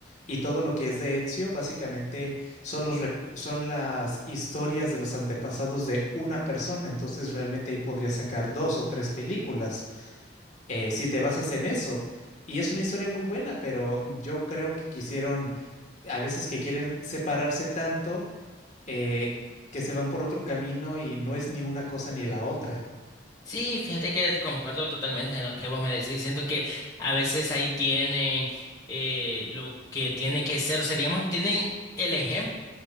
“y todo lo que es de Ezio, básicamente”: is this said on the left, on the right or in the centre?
Left